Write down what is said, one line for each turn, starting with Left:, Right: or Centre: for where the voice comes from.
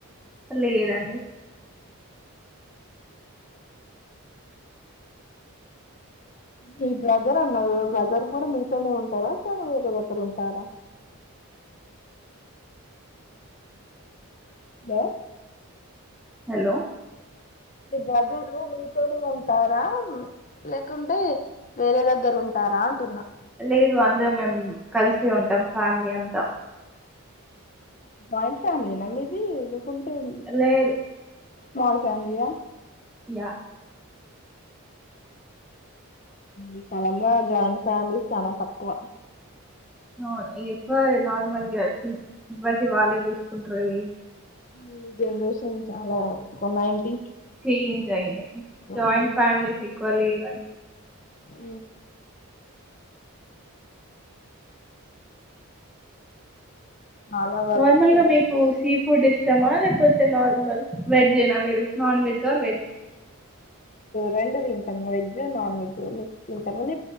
Centre: లేదండి
Left: మీ బ్రదర్ అన్నారు బ్రదర్ కూడా మీతోనే ఉంటారా తను వేరే దగ్గర ఉంటారా హలో
Centre: హలో
Left: మీ బ్రదర్ మీతోనే ఉంటారా లేకుంటే వేరే దగ్గర ఉంటారా అంటున్నా
Centre: లేదు అందర మేము కలిసే ఉంటాం ఫ్యామిలీ అంతా
Left: జాయింట్ ఫ్యామిలీ నా మీది ఉంటాయ్ మరి
Centre: లేదు
Left: స్మాల్ ఫ్యామిలీయా
Centre: యా
Left: ఈ కాలంలో జాయింట్ ఫ్యామిలీ చాలా తక్కువ
Centre: అవును ఎక్కువ నార్మల్గా ఎవరిది వాళ్ళే జూసుకుంటారు
Left: ఈ జనరేషన్ చాలా కొన్నా ఏంటి
Centre: చేంజ్ అయి జాయింట్
Left: ఉమ్.
Centre: ఫ్యామిలీస్ ఈక్వల్ ఇవ్వ
Left: ఆ చాలా వర్కు
Centre: నార్మల్ గా మీకు సీ ఫుడ్ ఇష్టమా లేకపోతే నార్మల్ వెజ్ ఏనా మీరు నాన్ వెజ్ ఆర్ వెజ్
Left: రెండు దింటాము వెజ్ నాన్ వెజ్ మిక్స్ తింటాము్